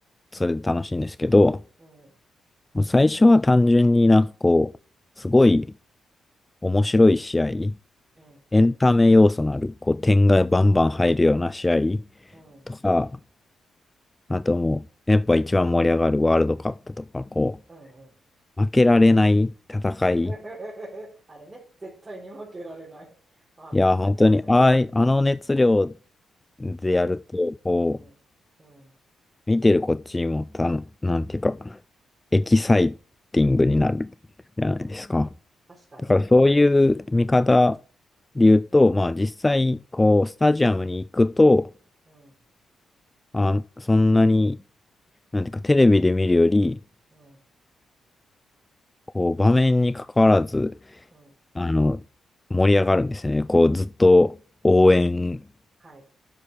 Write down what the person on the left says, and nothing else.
それで楽しいんですけど、
最初は単純になんかこう、すごい面白い試合、
エンタメ要素のある、こう、点がバンバン入るような試合
とか、あともう、やっぱ一番盛り上がるワールドカップとか、こ
う、負けられない戦い。
いや、本当に、ああい、あの熱量でやると、
こう、
見てるこっちもた、なんていうか、
エキサイティングになるじゃないですか。
だからそういう見方で言うと、まあ実際、こう、スタジアムに行くと、
あ、そんなに、なんていうか、テレビで見るより、
こう、場面に関わらず、
あの、盛り上がるんですよね。こう、ずっと応援